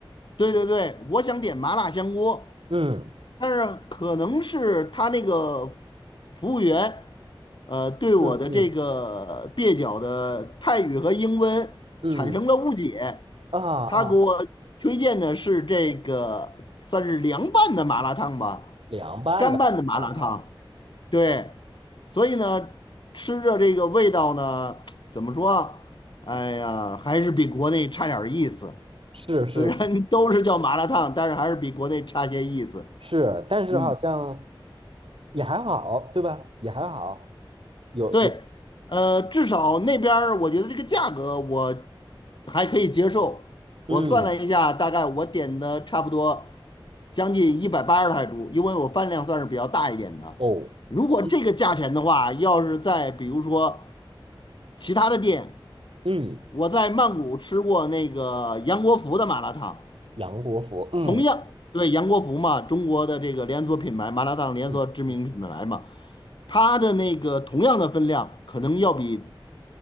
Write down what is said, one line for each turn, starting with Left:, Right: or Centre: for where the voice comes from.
Left: 对对对，我想点麻辣香锅，
Right: 嗯
Left: 但是可能是他那个服务员，呃，对我的这个蹩脚的泰语和英文产生了误解，
Right: 嗯嗯嗯，啊啊
Left: 他给我推荐的是这个算是凉拌的麻辣烫吧，
Right: 凉拌的啊，
Left: 干拌的麻辣烫。对，所以呢，吃着这个味道呢，怎么说啊？哎呀，还是比国内差点儿意思。
Right: 是是
Left: 虽然 <laughs> 都是叫麻辣烫，但是还是比国内差些意思。
Right: 是，但是好像
Left: 嗯，
Right: 也还好，对吧？也还好，有有，
Left: 对，呃，至少那边儿我觉得这个价格我还可以接受。
Right: 嗯，
Left: 我算了一下，大概我点的差不多将近一百八十泰铢，因为我饭量算是比较大一点的。
Right: 哦，
Left: 如果这个价钱的话，
Right: 一
Left: 要是在比如说其他的店。
Right: 嗯，
Left: 我在曼谷吃过那个杨国福的麻辣烫，
Right: 杨国福，嗯
Left: 同样对杨国福嘛，中国的这个连锁品牌麻辣烫连锁知名品牌嘛，
Right: 嗯嗯，
Left: 它的那个同样的分量，可能要比